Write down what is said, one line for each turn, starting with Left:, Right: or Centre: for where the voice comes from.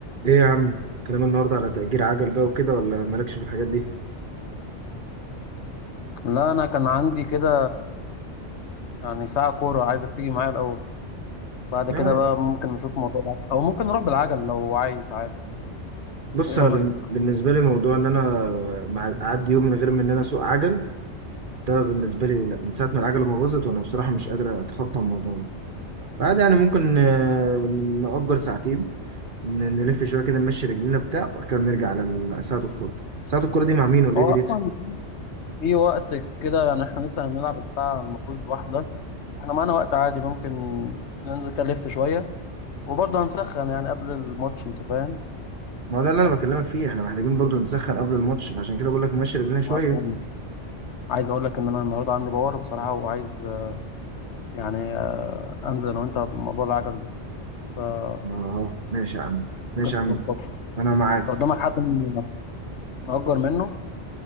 Right: ايه يا عم كلام النهارده على تأجير عجل بقى وكده ولا مالكش في الحاجات دي؟
Left: لا انا كان عندي كده يعني ساعة كورة عايزك تيجي معايا الاول بعد
Right: لا
Left: كده بقى ممكن نشوف موضوع العجل. او ممكن نروح بالعجل لو عايز عادي
Right: بص
Left: ايه
Right: انا
Left: رأيك
Right: بن- بالنسبه لي موضوع ان انا مع- اعدي يوم من غير ما ان انا اسوق عجل ده بالنسبه لي لا من ساعه ما العجله ما باظت وانا بصراحه مش قادر اتخطى الموضوع ده بعد يعني ممكن آه، نأجر ساعتين ن- نلف شويه كده نمشي رجلينا بتاع وبعد كده نرجع على ال- ساعه الكوره ساعه الكوره دي مع مين ولا ايه
Left: هو
Right: ديت؟
Left: اصلا في وقت كده يعني احنا لسه هنلعب الساعة المفروض واحدة احنا معانا وقت عادي ممكن ننزل كده نلف شوية وبرضه هنسخن يعني قبل الماتش انت فاهم
Right: ما هو ده اللي انا بكلمك فيه احنا محتاجين برضو نسخن قبل الماتش فعشان كده بقول لك نمشي رجلينا شويه
Left: اصلا عايز اقول لك ان انا النهارده عندي باور بصراحة وعايز آه، يعني آه، انزل انا وانت بموضوع العجل ده فممكن
Right: اه ماشي يا عم ماشي يا عم
Left: نظبطه لو
Right: انا معاك
Left: قدامك حد من- نأجر منه